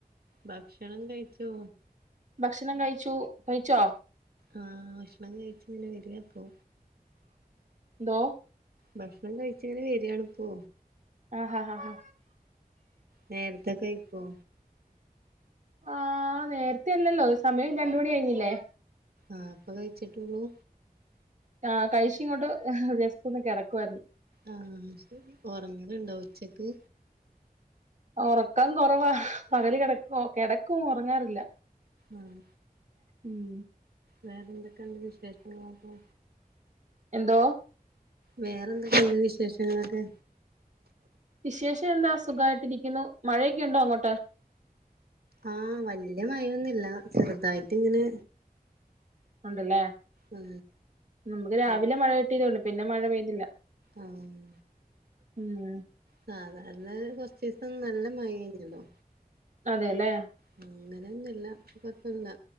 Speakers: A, on the right; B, on the right.
A: ഭക്ഷണം കഴിച്ചോ?
B: ഭക്ഷണം കഴിച്ചു. കഴിച്ചോ?
A: ആഹ് ഭക്ഷണം കഴിച്ചിങ്ങനെ വരുവാ ഇപ്പൊ.
B: എന്തോ?
A: ഭക്ഷണം കഴിച്ചിങ്ങനെ വരുകയാണിപ്പോ.
B: ആഹ്-ഹാ-ഹാ-ഹാ.
A: നേരത്തെ കയിക്കോ?
B: ആഹ് നേരത്തെ അല്ലല്ലോ സമയം രണ്ട് മണി കഴിഞ്ഞില്ലേ
A: ആഹ് ഇപ്പ കഴിച്ചിട്ടേള്ളൂ
B: ആഹ് കഴിച്ച് ഇങ്ങോട്ട് ആഹ് ജസ്റ്റ് ഒന്ന് കെടക്കുവാരുന്നു
A: ആഹ് ശരി ഒറങ്ങലുണ്ടോ ഉച്ചക്ക്
B: ഒറക്കം കുറവാ പകല് കെടക്കും കെടക്കും ഒറങ്ങാറില്ല
A: ആഹ്
B: ഉം
A: വേറെ എന്തൊക്കെണ്ട് വിശേഷങ്ങളൊക്കെ
B: എന്തോ
A: വേറെന്തൊക്കെണ്ട് വിശേഷങ്ങളൊക്കെ
B: വിശേഷം എന്താ സുഖായിട്ടിരിക്കുന്നു മഴയൊക്കെ ഉണ്ടോ അങ്ങോട്ട്
A: ആഹ് വല്യ മയൊന്നുല്ല ചെറുതായിട്ട് ഇങ്ങനെ
B: ഉണ്ടല്ലേ
A: ആ
B: നമുക്ക് രാവിലെ
A: അത്
B: മഴ കിട്ടിയതേഉള്ളൂ പിന്നെ മഴ പെയ്തില്ല
A: ആഹ്
B: ഉം
A: സാധാരണ കൊറച്ചീസം നല്ല മയേരുന്നല്ലോ
B: അതെല്ലേ
A: ഉം അങ്ങനെന്നുല്ല ഇപ്പ കൊയപ്പല്ല